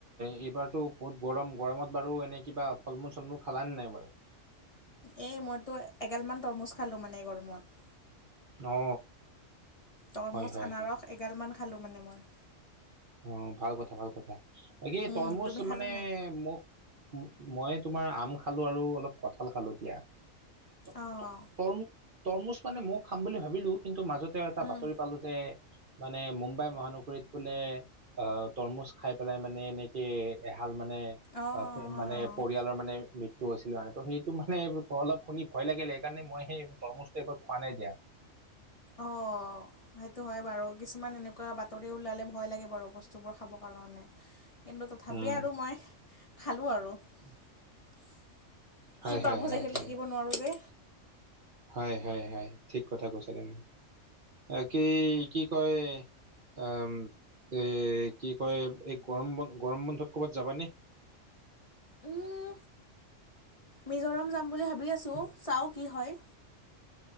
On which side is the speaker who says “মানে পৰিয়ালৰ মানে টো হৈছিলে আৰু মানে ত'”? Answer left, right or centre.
Right